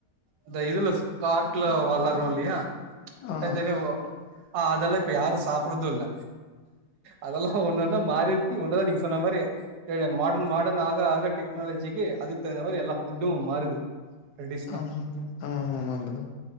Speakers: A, on the right; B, on the left.
A: இந்த இதுல காட்டுல வளரு இல்லையா
B: ஆ
A: தனித்தனியா ஆ அதெல்லா இப்ப யாரு சாப்பறது இல்ல அதெல்லா ஒன்னொன்னா மாறிடுத்து ஒன்னதா நீங்க சொன்ன மாரி கே மாடன் மாடன் ஆக ஆக டெக்னாலஜிக்கி அதுக் கு தகுந்த மாரி எல்லா ஃபுட்டும் மாறுது ட்ரெடிஷனா
B: ஆமா ப்ரோ ஆமா ஆமா ஆமா ப்ரோ